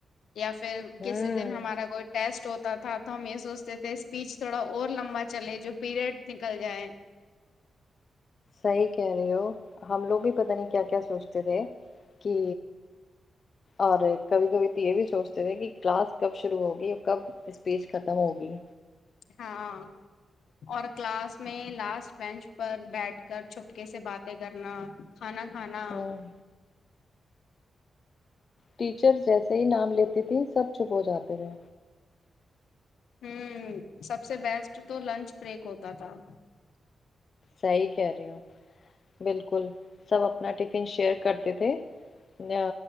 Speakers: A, on the left; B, on the left.
A: یا پھر کس
B: ہوں
A: دن ہمارا ب ٹیسٹ ہوتا تھا تو ہم یہ سوچتے تھے اسپیچ تھوڑا اور لمبا چلے جو پیریڈ نکل جائے
B: صحیح کہہ رہے ہو ہم لوگ بھی پتا نہیں کیا کیا سوچتے تھے کہ اور کبھی کبھی تو یہ بھی سوچتے تھے کہ کلاس کب شروع ہوگی اور کب اسپیچ ختم ہوگی
A: ہاں اور کلاس میں لاسٹ بینچ پر بیٹھ کر چھپکے سے باتیں کرنا کھانا کھانا
B: ہوں ٹیچرس جیسے ہی نام لیتی تھی سب چپ ہو جاتے تھے
A: ہوں سب سے بیسٹ تو لنچ بریک ہوتا تھا
B: صحیح کہہ رہی ہو بالکل سب اپنا ٹفن شیئر کرتے تھے نہ